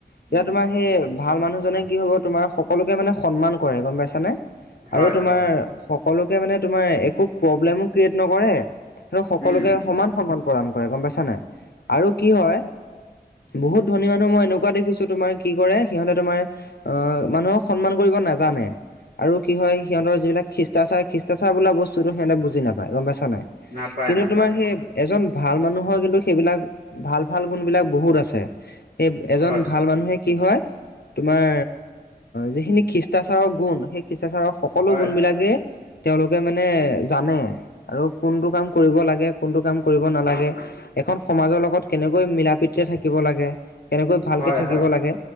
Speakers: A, on the left (about 80°); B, on the right (about 80°).
A: এতিয়া
B: উম,
A: তোমাৰ সেই ভাল মানুহজনে কি হ'ব তোমাৰ সকলোকে মানে সন্মান কৰে, গম পাইছানে?
B: হয়
A: আৰু তোমাৰ
B: হয়
A: সকলোকে মানে তোমাৰ, একো প্ৰব্লেমো ক্ৰিয়েট নকৰে আৰু সকলোকে
B: উম,
A: সমান সন্মান প্ৰদান কৰে, গম পাইছা নাই? আৰু কি হয় বহুত ধনী মানুহ মই এনেকুৱা দেখিছো তোমাৰ কি কৰে, সিহঁতে তোমাৰ অহ মানুহক সন্মান কৰিব নাজানে। আৰু কি হয়, সিহঁতৰ যিবিলাক খ্ৰীষ্টাচাৰ, খ্ৰীষ্টাচাৰ বোলা বস্তুটো সিহঁতে বুজি নাপায গম পাইছা নাই?
B: নাপায়
A: কিন্তু
B: নাপায়
A: তোমাৰ সেই এজন ভাল মানুহৰ কিন্তু, সেইবিলাক ভাল ভাল গুণবিলাক বহুত আছে। সেই এজন
B: হয়
A: ভাল মানুহে কি হয়, তোমাৰ যিখিনি খ্ৰীচ শিষ্টাচাৰৰ গুণ, সেই শিষ্টাচাৰৰ সকলো
B: হয়
A: গুণবিলাকেই তেওঁলোকে মানে জানে আৰু কোনটো কাম কৰিব লাগে, কোনটো কাম কৰিব নালাগে। এখন সমাজৰ লগত কেনেকৈ মিলা প্ৰীতিৰে থাকিব লাগে। কেনেকৈ ভালকে
B: হয়
A: থাকিব
B: হয়
A: লাগে,